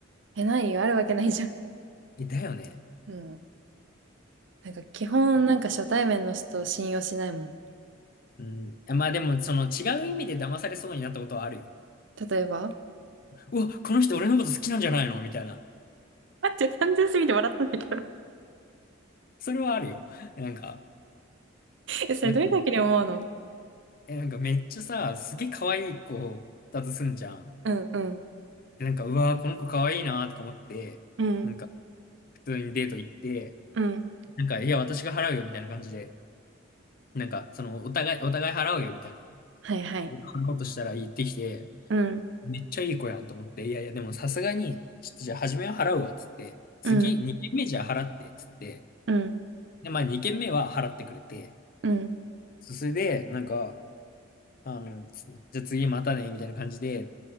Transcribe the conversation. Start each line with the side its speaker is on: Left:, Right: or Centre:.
Right: え、ないよ。あるわけないじゃん。
Left: え、だよね。
Right: うん。なんか基本なんか初対面の人を信用しないもん。
Left: うん。まあでも、その違う意味で騙されそうになったことはあるよ。
Right: 例えば
Left: うわ、この人俺のこと好きなんじゃないのみたいな。
Right: 待って、単純すぎて笑ったんだけど。
Left: それはあるよ。えなんか、
Right: え、それどういう時に思うの
Left: なんか、え、なんかめっちゃさ、すげえ可愛い子だとすんじゃん。
Right: うん、うん、
Left: で、なんか、うわ、この子可愛いなとか思って、
Right: うん、
Left: なんか、普通にデート行って、
Right: うん、
Left: なんか、いや、私が払うよみたいな感じで。なんか、その、お互い、お互い払うよみたいな、
Right: はいはい。
Left: こんなことしたら言ってきて、
Right: うん、
Left: めっちゃいい子やんと思って、いやいや、でもさすがに、ちょっとじゃあ初めは払うわ、つって、次、
Right: うん、
Left: 2軒目じゃあ払って、つって、
Right: うん、
Left: で、まあ2軒目は払ってくれて、
Right: うん、
Left: そそれで、なんか、あの、つじゃあ次またね、みたいな感じで、